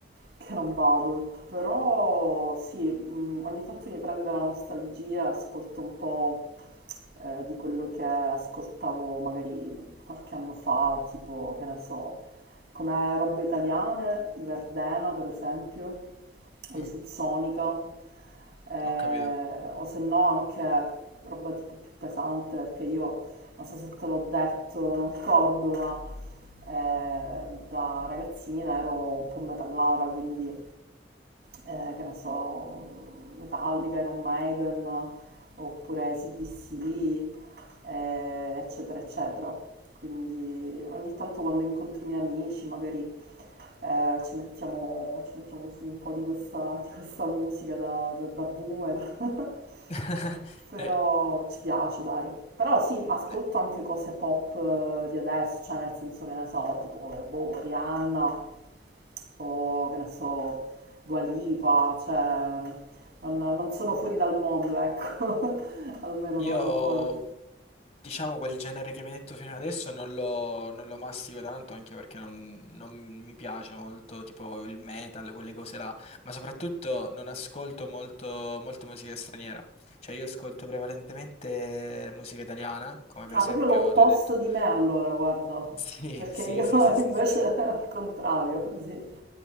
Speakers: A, on the right (about 65°); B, on the left (about 40°).
A: che non vado, però sì, mh, ogni tanto mi prende la nostalgia, ascolto un po' eh, di quello che ascoltavo magari qualche anno fa, tipo, che ne so, come robe italiane, i Verdena per esempio, o
B: Mm,
A: i Subsonica, eh,
B: ho capito.
A: o se no anche roba tipo più pesante, perché io non so se te l'ho detto, non ricordo, ma eh, da ragazzina ero un po' metallata, quindi eh, che ne so, Metallica, Iron Maiden, oppure CDC, eh, eccetera, eccetera. Quindi ogni tanto quando incontro i miei amici magari eh, ci mettiamo, ci mettiamo su un po' di questa, di questa musica da, da- da boomer, <laughs>
B: <laughs>
A: però
B: Eh,
A: ci piace, dai. Però sì, ma ascolto
B: eh.
A: anche cose pop eh, di adesso, cioè nel senso che ne so, tipo boh, Rihanna, o che ne so, Dua Lipa, cioè non, non sono fuori dal mondo, ecco, <laughs> almeno
B: Io,
A: non ancora.
B: diciamo, quel genere che mi hai detto fino adesso non lo, non lo mastico tanto, anche perché non, non mi piace molto, tipo il metal, quelle cose là, ma soprattutto non ascolto molto, molto musica straniera. Cioè, io ascolto prevalentemente musica italiana, come per
A: Ah,
B: esempio
A: proprio l'opposto
B: ti ho detto...
A: di
B: <laughs>
A: me allora, guarda,
B: Sì,
A: perché
B: sì,
A: io
B: sì,
A: <laughs>
B: sì, sì,
A: invece
B: sì, sì.
A: al contrario, sì.